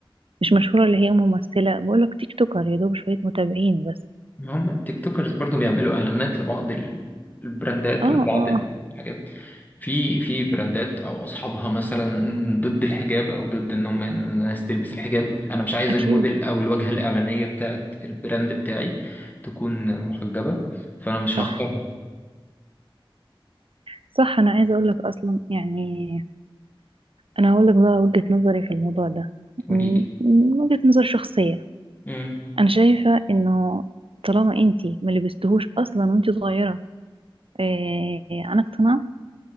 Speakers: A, on the right; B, on the left.
A: مش مشهورة اللي هي ممثلة بقولك تيك توكر يا دوب شوية متابعين بس
B: ما هم التيك توكرز برضو بيعملوا اعلانات لبعض ال- البراندات
A: اه
B: ولبعض
A: اه آه،
B: الحاجات في في براندات او اصحابها مثلا ضد الحجاب او ضد ان هم الناس تلبس الحجاب انا مش عايز
A: أكيد
B: الموديل او الواجهه الاعلانيه بتاعت البراند بتاعي تكون محجبه فانا مش
A: صح
B: هختارها
A: صح أنا عايزة أقولك أصلا يعني أنا هقولك بقى وجهة نظري في الموضوع ده
B: قولي
A: م-
B: لي
A: م- وجهة نظر شخصية
B: امم
A: انا شايفه انه طالما انتي ما لبستهوش اصلا وانتي صغيره آه عن اقتناع